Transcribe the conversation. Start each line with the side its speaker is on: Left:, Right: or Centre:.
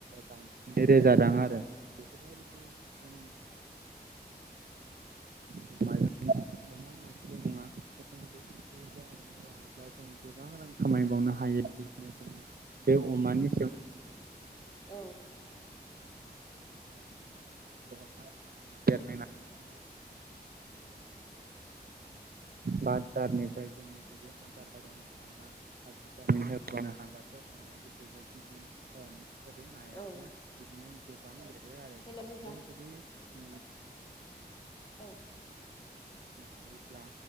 Right: दाइनजिनै रोजा रां आरो बेफोरबायदि जों बै <inaudible> अमा माथामल' नङा अमा लायो जों गोबां रां खामायबावनो हायो बिदिनो जोङो बे अमानि
Left: औ
Right: <inaudible> <unintelligible> <inaudible> जुदि बाजारनिफ्राय जोङो जुदि आदार बायनो हाब्ला भिटामिन होब्ला नो हाबाथ' अमायाबो जोबोद नायाबो
Left: औ
Right: बिदिनो गोबां देरो आरो
Left: हेल' नोंथां
Right: जों जुदि <inaudible> फिनो
Left: औ
Right: हायोब्ला